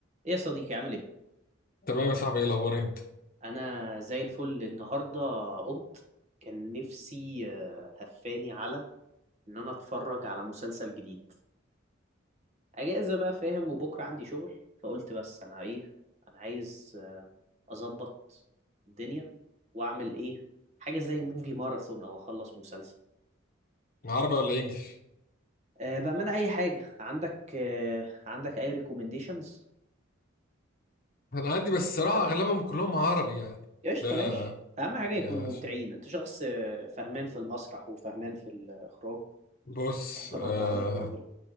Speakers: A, on the right; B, on the left.
A: ايه يا صديقي عامل ايه
B: تمام يا صاحبي ايه الاخبار انت
A: انا زي الفل النهارده قمت كان نفسي آه، هفاني على ان انا اتفرج على مسلسل جديد اجازه بقى فاهم وبكره عندي شغل فقلت بس انا ايه انا عايز آه، اظبط الدنيا واعمل ايه حاجه زي موفي ماراثون او اخلص مسلسل
B: مع عربي ولا انجليش
A: أه بامانه اي حاجه عندك أه عندك اي ريكومنديشنز
B: انا عندي بس الصراحه اغلبهم كلهم عربي يعني
A: قشطه
B: ده
A: ماشي اهم حاجه يكونوا
B: يعني
A: ممتعين
B: عشان
A: انت شخص آه، فهمان في المسرح وفهمان في الاخراج
B: بص
A: انت برضو
B: آه
A: عندك نظرة